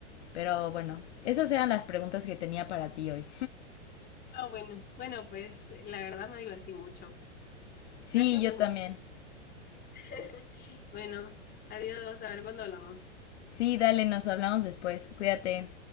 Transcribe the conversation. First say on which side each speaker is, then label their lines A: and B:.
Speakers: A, on the left; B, on the left.
A: Pero bueno, esas eran las preguntas que tenía para ti hoy.
B: Ah, bueno, bueno, pues eh, la verdad me divertí mucho.
A: Sí,
B: Gracias,
A: yo
B: Pujo.
A: también.
B: <laughs> Bueno, adiós, a ver cuándo hablamos.
A: Sí, dale, nos hablamos después. Cuídate.